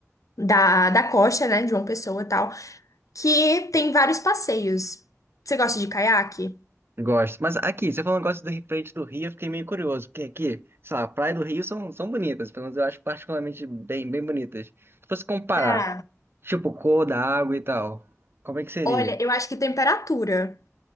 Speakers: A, on the left; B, on the right.
A: da, da costa, né, de João Pessoa e tal, que tem vários passeios. Você gosta de caiaque?
B: Gosto. Mas aqui, você falou um negócio do Rio- frente do Rio, eu fiquei meio curioso, porque aqui, sei lá, praia do Rio são, são bonitas, pelo menos eu acho particularmente bem, bem bonitas. Se fosse comparar,
A: Ah,
B: tipo, cor da água e tal, como é que seria?
A: Olha, eu acho que temperatura.